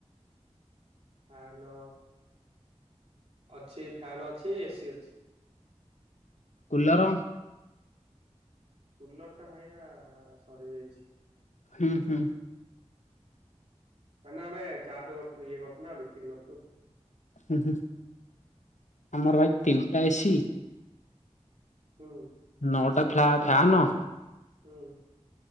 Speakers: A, on the right; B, on the left.
A: ଫ୍ୟାନ ଅଛି ଫ୍ୟାନ ଅଛି ଏସି ଅଛି।
B: କୁଲର?
A: କୁଲର ଟା ଭାଇନା ସରି ଯାଇଛି।
B: ହୁଁ ହୁଁ।
A: କାଇ ନା ଆମେ ଚାଟ କରୁଛୁ ଇଏ କରୁଛୁ ନା ବିକ୍ରି କରୁଛୁ।
B: ହୁଁ ହୁଁ ଆମର ଭାଇ ତିନିଟା ଏସି।
A: ହୁଁ।
B: ନଅଟା ଫ୍ୟା ଫ୍ୟାନ।
A: ହୁଁ ହୁଁ।